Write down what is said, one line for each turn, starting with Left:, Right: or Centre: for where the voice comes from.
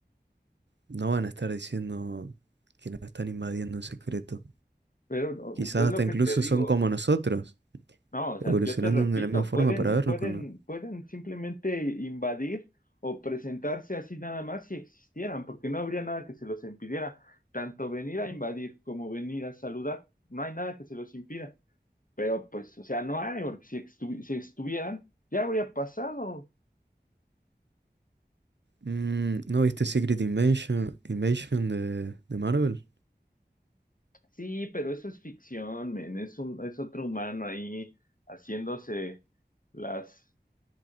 Right: no van a estar diciendo que nos están invadiendo en secreto.
Left: Pero no,
Right: Quizás
Left: es lo
Right: hasta
Left: que
Right: incluso
Left: te digo.
Right: son como nosotros,
Left: No, o sea,
Right: evolucionando
Left: yo te repito,
Right: de la misma forma
Left: pueden,
Right: para vernos
Left: pueden,
Right: con... lo-
Left: pueden simplemente invadir o presentarse así nada más si existieran, porque no habría nada que se los impidiera. Tanto venir a invadir como venir a saludar, no hay nada que se los impida. Pero pues, o sea, no hay, porque si, estu- si estuvieran, ya habría pasado.
Right: Mm, ¿no viste Secret Invasion, Invasion de, de Marvel?
Left: Sí, pero eso es ficción, men, es un, es otro humano ahí haciéndose las,